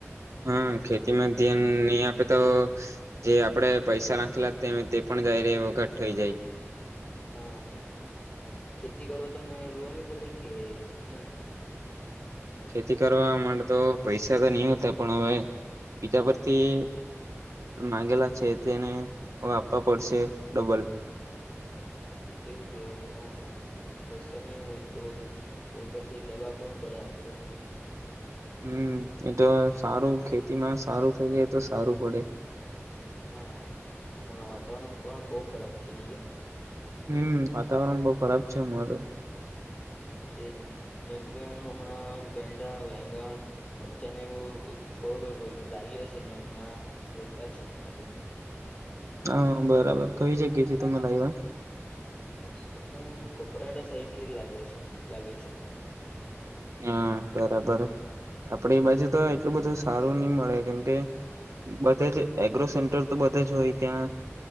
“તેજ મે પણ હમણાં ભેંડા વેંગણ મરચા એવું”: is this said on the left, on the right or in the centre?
Left